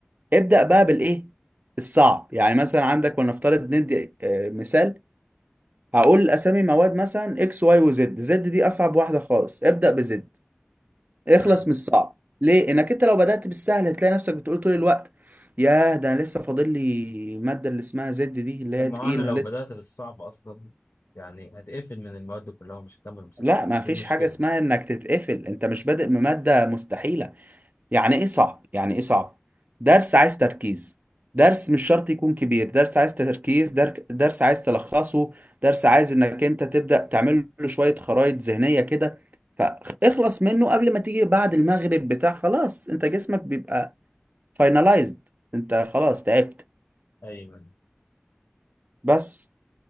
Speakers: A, on the right; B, on the left.
A: ابدا بقى بالايه الصعب يعني مثلا عندك ولنفترض ندي آه مثال هقول اسامي مواد مثلا اكس واي وزد زد دي اصعب واحده خالص ابدا بزد اخلص
B: امم
A: من الصعب ليه انك انت لو بدات بالسهل هتلاقي نفسك بتقول طول الوقت ياه ده انا لسه فاضل لي الماده اللي اسمها زد دي اللي
B: طب
A: هي
B: ما
A: تقيله
B: هو انا لو
A: لسه
B: بدات بالصعب اصلا يعني هتقفل من المواد كلها ومش هكمل مذاكره
A: لا ما
B: ودي
A: فيش
B: المشكله
A: حاجه اسمها انك تتقفل انت مش بادئ بماده مستحيله يعني ايه صعب يعني ايه صعب درس عايز تركيز درس مش شرط يكون كبير درس عايز تركيز در- درس عايز تلخصه درس عايز انك انت تبدأ تعمل له شوية خرائط ذهنية كده فاخلص منه قبل ما تيجي بعد المغرب بتاع خلاص انت جسمك بيبقى فاينلايزد انت خلاص تعبت
B: ايوه
A: بس